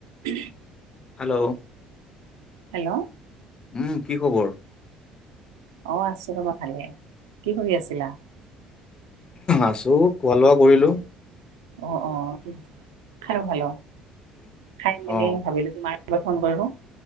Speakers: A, on the right; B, on the left.
A: উ
B: hello.
A: Hello
B: উম কি খবৰ?
A: অ আছো ৰ'বা ভালে কি কৰি আছিলা?
B: আছোঁ খোৱা লোৱা কৰিলোঁ।
A: অ অ ঠিক খালো খোলো খাই মেলি
B: অ
A: ভাবিলো তোমাৰ। ফোন কৰিলোঁ।